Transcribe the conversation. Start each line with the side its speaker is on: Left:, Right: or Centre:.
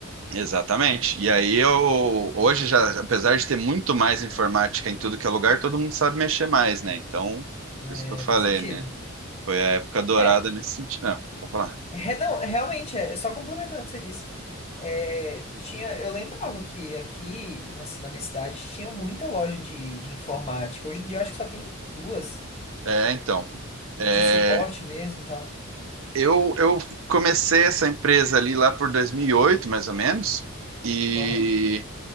Right: Exatamente. E aí eu hoje já, apesar de ter muito mais informática em tudo que é lugar, todo mundo sabe mexer mais, né? Então,
Left: né?
Right: por isso que eu falei,
Left: Faz sentido.
Right: né? Foi a época dourada
Left: é
Right: nesse sentido. Ah, vou falar.
Left: É, não, é, realmente, é só complementando o que você disse. É, tinha, eu lembrava que aqui na, na minha cidade tinha muita loja de, de informática. Hoje em dia eu acho que só tem duas
Right: É, então.
Left: de
Right: É,
Left: suporte mesmo e tal.
Right: Eu, eu comecei essa empresa ali lá por 2008, mais ou menos, e,
Left: Aham,